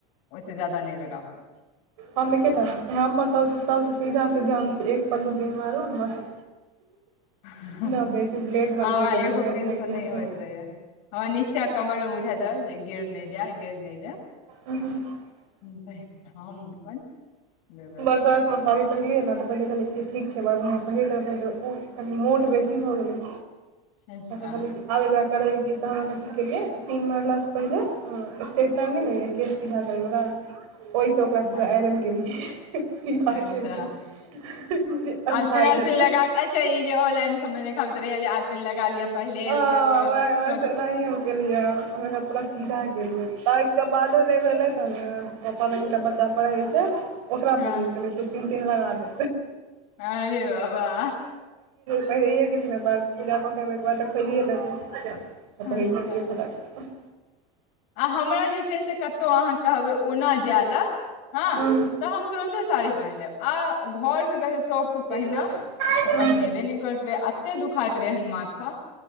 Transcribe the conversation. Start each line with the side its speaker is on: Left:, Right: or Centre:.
Left: ओहिसँ ज्यादा नहि लगा पड़ छी।
Right: हम एकेटा हमर सभ सभसँ सीधा सीधा हम एक पल्लू पिन्हब आारू मस्त
Left: हमरा
Right: न बेसी ब्लेड बनबैके झंझट
Left: एगो पिन सऽ
Right: किछो
Left: नहि होइत रहै। हमरा नीचाँ कमर मे बुझैतत रहत जे गिर नहि जाय गिर नहि जाय।
Right: <unintelligible>
Left: <unintelligible> हम अपन दुर्गा
Right: बरसाइत
Left: पल्लू
Right: मऽ साड़ी पहिर लियै नऽ तऽ पहिले कहलै की ठीक छै बर बढ़आँ पहिर लेलै पहिले उ कनि मोट बेसी भऽ गेलै।
Left: अच्छा
Right: तखन कहलियै की आब एकरा करबै कि तहन कथि केलियै की पिन मारला सँ पहिले स्टेपलर नई होइय केश सीधा करै वल ओहिसँ ओकरा
Left: हँ
Right: पूरा आइरन केलियै। से सिधा
Left: अच्छा
Right: केलियै जे
Left: आलपिन
Right: स्थायी
Left: आलपिन
Right: रहतै
Left: लगा
Right: नऽ
Left: अच्छा ई जे ऑनलाइन सममे देखबैत रहैय जे आलपन लग लिअ पहिले
Right: हँ
Left: फेर ओकर
Right: वैह
Left: सब
Right: कैसे
Left: चीज।
Right: ओनाहि हम केलियै हँ तहत एकरा पूरा सीधा केलिये हन ताइ क बादो नय भेलै तही पापा लंग एकटा बच्चा पढ़ै छै ओकरा
Left: हँ
Right: बजेलि कहलियै तु पित तिन लगा दे
Left: अरे बाबा
Right: <unintelligible> पहिरैेके छै मऽ बस पूजा कऽ कऽ एबैय ओय कऽ बाद तऽ खोलिए लबैय तऽ पहिर
Left: अच्छा
Right: लेलियै फटाक सँ
Left: आ हमरा जे छै से कतहु अहाँ कहबै ओना जाय लऽ। हँ
Right: हूँ
Left: तऽ हम तुरन्ते साड़ी बाइन्ह लेब आ घरमे कहियौ शौक सँ
Right: और
Left: पहिनब। तऽ पहिनेबे नइ करैत रहै एते दुखाइत रहै एहैन माथा।